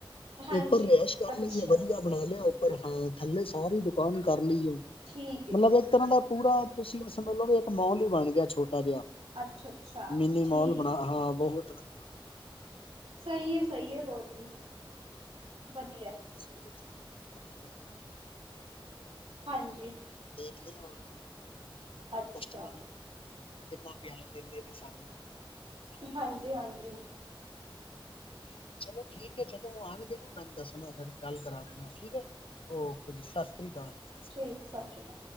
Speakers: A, on the right (about 80°); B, on the left (about 80°).
A: ਹਾਂਜੀ
B: ਉੱਪਰ ਰੈਸ਼ ਕਰ
A: ਅੱਛਾ
B: ਲਈ ਹੈ ਵਧੀਆ। ਬਣਾ ਲਿਆ ਉੱਪਰ। ਹਾਂ, ਥੱਲੇ ਸਾਰੀ ਦੁਕਾਨ ਕਰ ਲਈ ਹੈ
A: ਠੀਕ ਹੈ
B: ਮਤਲਬ
A: ਠੀਕ
B: ਇੱਕ
A: ਹੈ
B: ਤਰ੍ਹਾਂ ਦਾ ਪੂਰਾ ਤੁਸੀਂ ਇਓ ਸਮਝ ਲਿਓ ਮਤਲਬ ਵੀ ਇੱਕ ਮੋਲ ਹੀ ਬਣ ਗਿਆ ਛੋਟਾ ਜਿਹਾ।
A: ਅੱਛਾ-ਅੱਛਾ
B: ਮਿੰਨੀ ਮੋਲ
A: ਠੀਕ
B: ਬਣਾਹਾਂ,
A: ਹੈ
B: ਬਹੁਤ ਵਧੀਆ। ਬਣ
A: ਸਹੀ ਹੈ, ਸਹੀ ਹੈ, ਹੋਰ ਕੀ ਵਧੀਆ।
B: ਬੱਸ ਸਮਾਇਕੇ ਤੋਰ ਤੇ ਬਣਾ ਲਇਏ।
A: ਹਾਂਜੀ।
B: ਦੇਖਦੇ ਹੋਣਾ।
A: ਅੱਛਾ
B: ਕਸਟਮਰ ਨੂੰ। ਕਿੰਨਾ ਪਿਆਰ ਦਿੰਦੇ ਪਏ ਸਾਨੂੰ। ਹਨਾ
A: ਹਾਂਜੀ -ਹਾਂਜੀ।
B: ਤੇ, ਚਲੋ ਠੀਕ ਹੈ ਜਦੋ ਆਉਣਗੇ ਨਾ ਮੈਨੂੰ ਦੱਸਣਾ ਫੇਰ। ਗੱਲ ਕਰਾ ਦੇਣਾ ਠੀਕ ਹੈ, ਔਕੇ ਜੀ ਸਤਿ ਸ੍ਰੀ ਅਕਾਲ ਜੀ।
A: ਠੀਕ ਸਤਿ ਸ਼੍ਰੀ ਅਕਾਲ